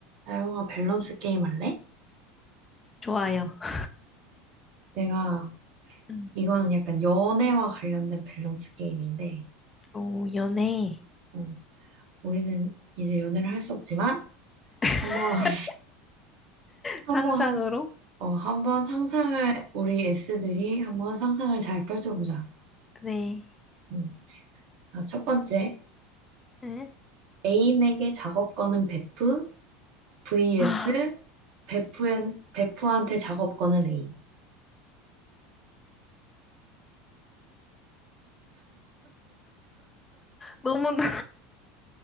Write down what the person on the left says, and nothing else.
좋아요. <laughs>
음,
오, 연애
<laughs>
상상으로?
네.
응?
아,
너무 <laughs>